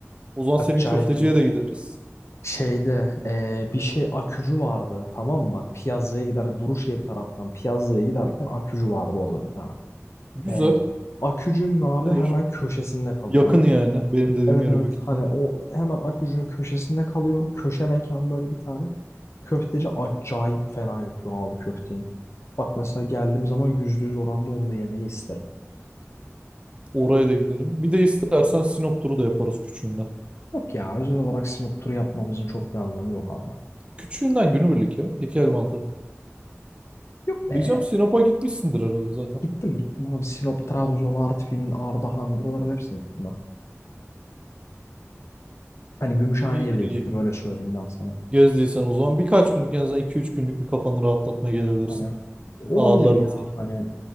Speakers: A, on the right; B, on the left.
A: O zaman
B: Acayip
A: senin köfteciye
B: iyi.
A: de gideriz.
B: Şeyde eee, bir şey akücü vardı tamam mı? Bak Piyazza'ya gider Duruşehir taraftan Piyazza'ya giderken akücü vardı orada bir tane.
A: Güzel.
B: Eee akücünün abi
A: Gidilir.
B: hemen köşesinde kalıyor.
A: Yakın yani. Benim dediğim
B: Evet
A: yere
B: evet
A: büyük ihtimalle.
B: hani o hemen Akücü'nün köşesinde kalıyor. Köşe mekan böyle bir tane. Köfteci acayip fena yapıyor abi köfteyi. Bak mesela geldiğim zaman yüzde yüz oranda onu da yemeyi isterim.
A: Oraya da gidelim. Bir de istersen Sinop turu da yaparız küçüğünden.
B: Yok ya özel olarak Sinop turu yapmamızın çok bir anlamı yok abi.
A: Küçüğünden günübirlik ya. Git gel mantığı.
B: Yok be.
A: Diyeceğim Sinop'a gitmişsindir herhalde zaten.
B: Gittim gittim abi Sinop, Trabzon, Artvin, Ardahan buraların hepsine gittim ben. Hani Gümüşhane'ye
A: İyidir
B: bile
A: iyi.
B: gittim öyle söyleyeyim ben sana.
A: Gezdiysen o zaman birkaç günlük en azından iki üç günlük bir kafanı rahatlatmaya gelebilirsin.
B: Hani olabilir
A: Ağırlarım
B: ya
A: seni.
B: hani